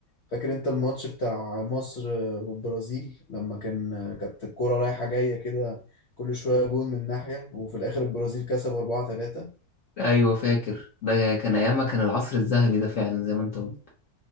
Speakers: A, on the left; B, on the left.
A: فاكر انت الماتش بتاع مصر والبرازيل لما كان كانت الكرة رايحة جاية كده كل شوية جون من ناحية وفي الاخر البرازيل كسب 4-3
B: أيوة فاكر ده كان أيامها كان العصر الذهبي ده فعلا زي ما أنت قلت